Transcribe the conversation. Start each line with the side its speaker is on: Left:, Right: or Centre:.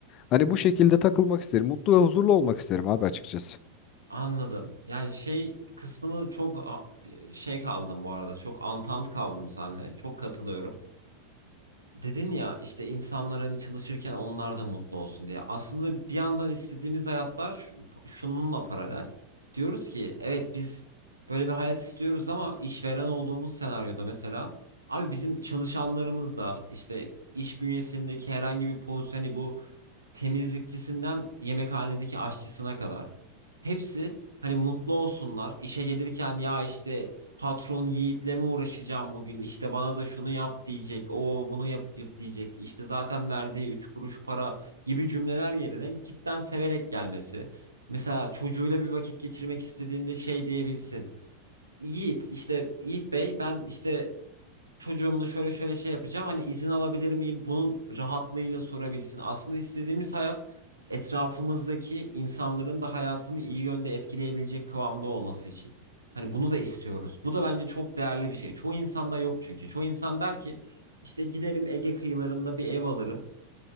Left: Hani bu şekilde takılmak isterim. Mutlu ve huzurlu olmak isterim abi açıkçası.
Right: Anladım. Yani şey kısmını çok a- e, şey kaldım bu arada. Çok antant kaldım seninle. Çok katılıyorum. Dedin ya işte insanlar hani çalışırken onlar da mutlu olsun diye. Aslında bir yandan istediğimiz hayatlar şu- şununla paralel. Diyoruz ki evet biz böyle bir hayat istiyoruz ama işveren olduğumuz senaryoda mesela abi bizim çalışanlarımız da işte iş bünyesindeki herhangi bir pozisyon hani bu temizlikçisinden yemekhanedeki aşçısına kadar Hepsi hani mutlu olsunlar. İşe gelirken ya işte patron Yiğit'le mi uğraşacağım bugün? İşte bana da şunu yap diyecek. O bunu yap, yap diyecek. İşte zaten verdiği üç kuruş para gibi cümleler yerine cidden severek gelmesi. Mesela çocuğuyla bir vakit geçirmek istediğinde şey diyebilsin. Yiğit işte Yiğit Bey ben işte çocuğumla şöyle şöyle şey yapacağım. Hani izin alabilir miyim? Bunun rahatlığıyla sorabilsin. Aslında istediğimiz hayat etrafımızdaki insanların da hayatını iyi yönde etkileyebilecek kıvamda olması için. Hani bunu da istiyoruz. Bu da bence çok değerli bir şey. Çoğu insanda yok çünkü. Çoğu insan der ki işte giderim Ege kıyılarında bir ev alırım.